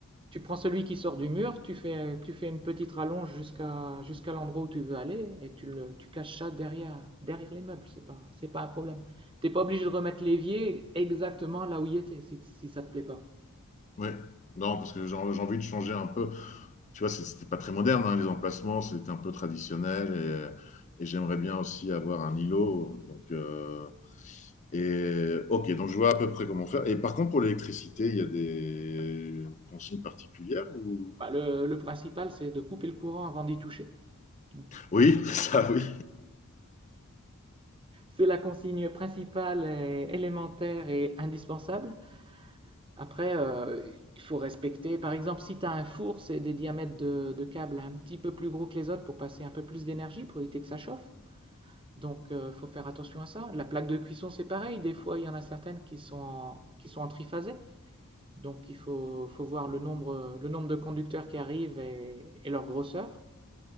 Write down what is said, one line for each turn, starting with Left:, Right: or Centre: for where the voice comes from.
Right: Tu prends celui qui sort du mur, tu fais, tu fais une petite rallonge jusqu'à jusqu'à l'endroit où tu veux aller et tu, le, tu caches ça derrière, derrière les meubles. C'est pas, c'est pas un problème. T'es pas obligé de remettre l'évier exactement là où il était si, si ça ne te plaît pas.
Left: Ouais. Non, parce que j'ai j'ai envie de changer un peu. Tu vois, c'est- c'était pas très moderne, hein, les emplacements, c'était un peu traditionnel et, et j'aimerais bien aussi avoir un îlot. Donc, euh, Et ok, donc je vois à peu près comment faire. Et par contre, pour l'électricité, il y a des consignes particulières ou...
Right: Bah, le, le principal, c'est de couper le courant avant d'y toucher. euh,
Left: Oui, <laughs> ça oui.
Right: c'est la consigne principale, et élémentaire et indispensable. Après, euh, il faut respecter. Par exemple, si tu as un four, c'est des diamètres de, de câbles un petit peu plus gros que les autres pour passer un peu plus d'énergie, pour éviter que ça chauffe. Donc, il faut faire attention à ça. La plaque de cuisson, c'est pareil. Des fois, il y en a certaines qui sont en, qui sont en triphasé. Donc, il faut, faut voir le nombre, le nombre de conducteurs qui arrivent et, et leur grosseur.